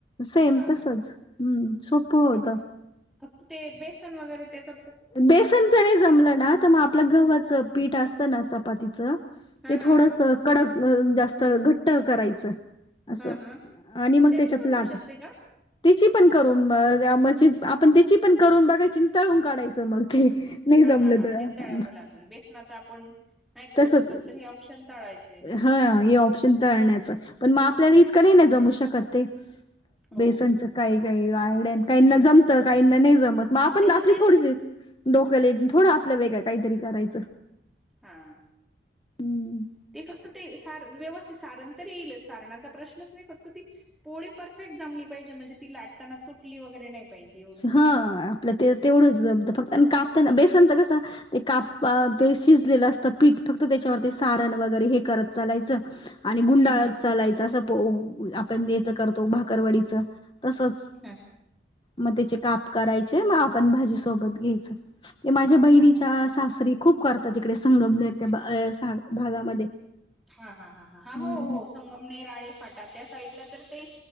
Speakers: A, on the left; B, in the centre.
A: सेम
B: हा
A: तसच
B: हा
A: हम्म सोप होतं.
B: हा फक्त फक्त ते बेसन वगैरे त्याच
A: बेसनच नाही जमलं ना? ग आपलं गव्हाच पीठ असतं ना चपातीच ते
B: हा हा
A: थोडस, कडक जास्त घट्ट करायचं. असं
B: हा हा
A: आणि मग
B: त्याची
A: त्याच्या
B: पण
A: लाट
B: होऊ शकते का
A: त्याची पण करून बघ म्हणजे आपण त्याची पण करून बघायची तळून काढायची. जमतय <unintelligible> नाही
B: हा
A: जमलं
B: हा हा
A: तर,
B: ते तळावं लागेल बेसनाचा आपण नाही तळू
A: तस
B: शकत
A: ते
B: तर हे ऑप्शन तळायचे होईल
A: हा हे ऑप्शन तळण्याचं पण मग आपल्याला इतकं नाही नाही जमू शकत ते,
B: हो
A: बेसनचं
B: हो
A: काही काही आयडन काहींना जमतं, काहींना नाही जमत, मग
B: हा
A: आपण
B: तेच
A: आपली
B: तेच
A: थोडीशी, डोकले थोडं आपल्या वेगळं काहीतरी करायचं.
B: हा......
A: हम्म
B: ते फक्त ते सार व्यवस्थित सारण तर येईलच सारणाचा प्रश्नच नाही फक्त ती, पोळी परफेक्ट जमली पाहिजे म्हणजे ती लाटताना तुटली वगैरे नाही. पाहिजे एवढंच
A: हा आपलं ते तेवढंच जमत फक्त कापताना बेसनच कसं, ते काप ते शिजलेलं असतं पीठ फक्त त्याच्यावर ते सारण वगैरे हे करत चालायचं. आणि गुंडाळ
B: हम्म हम्म
A: चालायच असं आपण यायचं करतो भाकरवाडीचं तसच.
B: हां.
A: मग त्याचे काप करायचे मग आपण भाजी सोबत घ्यायचं ते माझ्या बहिणीच्या
B: हा
A: सासरी खूप करतात तिकडे संगमनेर त्या भागामध्ये.
B: हा ह ह ह हा
A: हम्म
B: हो हो संगमनेर आळे फाटा त्या साईडला तर ते,